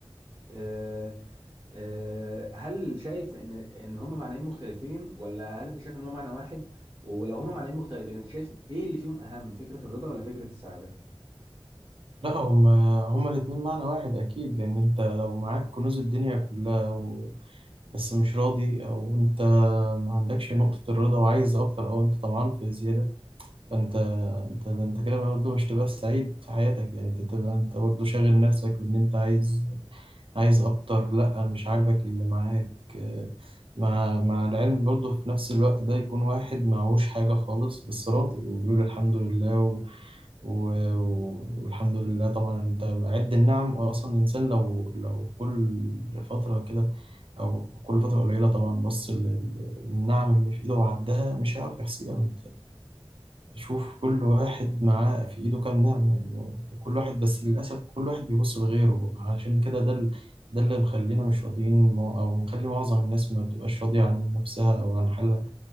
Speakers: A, on the right; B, on the right.
A: آه، آه، هل شايف ان ان هما معنيين مختلفين ولا هل انت شايف ان هما معنى واحد ولو هما معنيين مختلفين انت شايف ايه اللي فيهم اهم فكره الرضا ولا فكره السعاده
B: لا هما هما الاتنين معنى واحد اكيد لان انت لو معاك كنوز الدنيا كلها و... بس مش راضي او انت ما عندكش نقطة الرضا وعايز اكتر او انت طمعان في زيادة فانت انت ده انت كده برضه مش تبقى سعيد في حياتك يعني انت تبقى انت برضه شاغل نفسك بان انت عايز عايز اكتر لا مش عاجبك اللي معاك آه، مع مع العلم برضه في نفس الوقت ده يكون واحد معهوش حاجة خالص بس راضي وبيقول الحمد لله و... و... و- والحمد لله طبعا انت عد النعم اصلا الانسان لو لو في كل فترة كده او كل فترة قليلة طبعا بص لل- للنعم اللي في ايده وعدها مش هيعرف يحصيها تشوف كل واحد معاه في إيده كام نعمة يعني وكل واحد بس للأسف كل واحد بيبص لغيره عشان كده ده ال- ده اللي مخلينا مش راضيين مع- أو مخلي معظم الناس ما بتبقاش راضية عن نفسها أو عن حالها